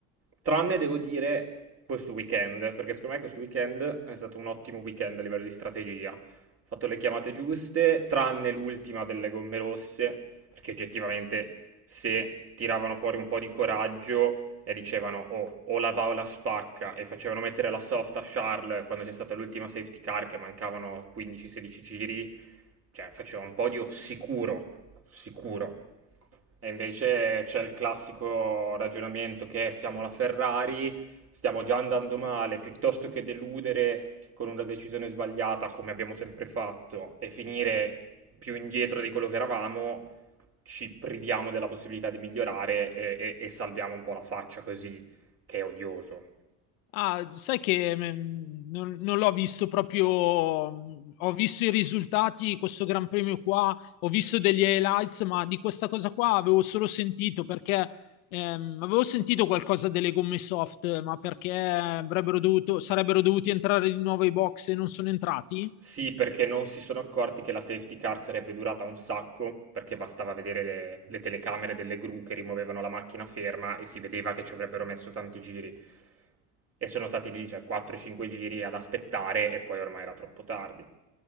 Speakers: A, on the right; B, on the left.
A: Tranne devo dire questo weekend, perché secondo me questo weekend è stato un ottimo weekend a livello di strategia. Ho fatto le chiamate giuste, tranne l'ultima delle gomme rosse, perché oggettivamente se tiravano fuori un po' di coraggio e dicevano "Oh, o la va o la spacca" e facevano mettere la soft a Charles quando c'è stata l'ultima safety car che mancavano 15-16 giri, cioè faceva un podio sicuro, sicuro. E invece c'è il classico ragionamento che è, siamo la Ferrari, stiamo già andando male, piuttosto che deludere con una decisione sbagliata, come abbiamo sempre fatto, e finire più indietro di quello che eravamo, ci priviamo della possibilità di migliorare e, e- e salviamo un po' la faccia così, che è odioso.
B: Ah, sai che mm, non, non l'ho visto proprio, mm, ho visto i risultati, questo Gran Premio qua, ho visto degli highlights, ma di questa cosa qua avevo solo sentito perché ehm, avevo sentito qualcosa delle gomme soft, ma perché avrebbero dovuto, sarebbero dovuti entrare di nuovo ai box e non sono entrati?
A: Sì, perché non si sono accorti che la safety car sarebbe durata un sacco, perché bastava vedere le, le telecamere delle gru che rimuovevano la macchina ferma e si vedeva che ci avrebbero messo tanti giri. E sono stati lì, cioè, 4-5 giri ad aspettare e poi ormai era troppo tardi.